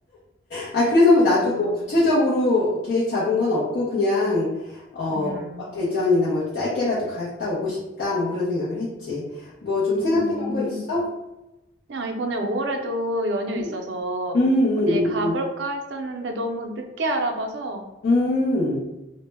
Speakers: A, on the left; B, on the right.
A: 아, 그래서 뭐 나도
B: 음,
A: 뭐 구체적으로 계획 잡은 건 없고 그냥 어,
B: 음.
A: 뭐 대전이나 뭐 짧게라도 갔다 오고 싶다 뭐 그런 생각을 했지. 뭐 좀
B: 음.
A: 생각해 놓은 거 있어?
B: 그냥 이번에 5월에도 연휴
A: 음,
B: 있어서
A: 음, 음,
B: 어디 가볼까
A: 음,
B: 했었는데 너무 늦게 알아봐서
A: 음,